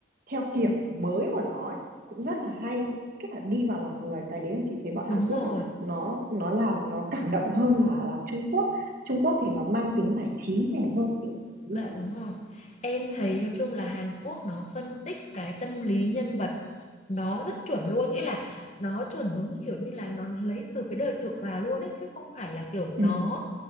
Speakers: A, on the right; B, on the left.
A: theo kiểu mới của nó ấy, cũng rất là hay cái là đi vào lòng người cái đấy là chị thấy bọn
B: đúng
A: Hàn Quốc
B: rồi
A: ấy, nó nó làm nó cảm động hơn là là Trung Quốc Trung Quốc thì nó mang tính giải trí nhiều hơn Đúng
B: Dạ
A: rồi.
B: đúng rồi. Em thấy nói chung là Hàn Quốc nó phân tích cái tâm lý nhân vật nó rất chuẩn luôn, nghĩa là nó chuẩn giống như kiểu như là nó lấy từ cái đời thực vào luôn ấy chứ không phải là kiểu nó
A: ừ,